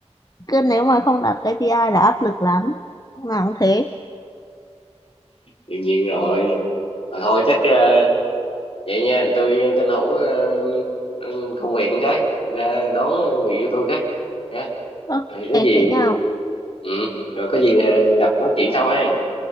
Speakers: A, on the left; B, on the left.
A: cứ nếu mà không đặt KPI là áp lực lắm nào cũng thế
B: đương nhiên rồi mà thôi chắc ờ, vậy nha tôi ờ, tranh thủ ờ, ờ, công việc một cái ra đón ờ, người yêu tôi cái nhá
A: ok
B: rồi có gì
A: thế nhau
B: ừ rồi có gì ờ, gặp nói chuyện sau ha